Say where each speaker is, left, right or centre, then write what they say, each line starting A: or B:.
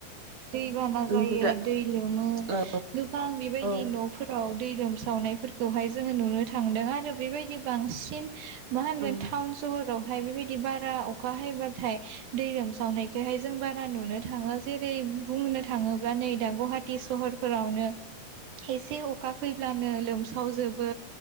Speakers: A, on the right; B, on the right.
A: बाना
B: नंगौ
A: जायो,
B: दा
A: दै लोमो
B: औ
A: गोबां बेबायदि
B: औ
A: न'फोराव दै लोमसावनायफोरखौहाय जोङो नुनो थांदों आरो बेबायदि बांसिन मा होनगोन
B: उम
A: टाउन सहर फ्रावहाय बेबायदि बारा अखा हायोबाथाय दै लोमसावनाय बेहाय जों बारा नुनो थाङो जेरै बुंनो थाङोब्ला नै दा गुवाहाटि सहर फोरावनो एसे अखा फैब्लानो लोमसावजोबो।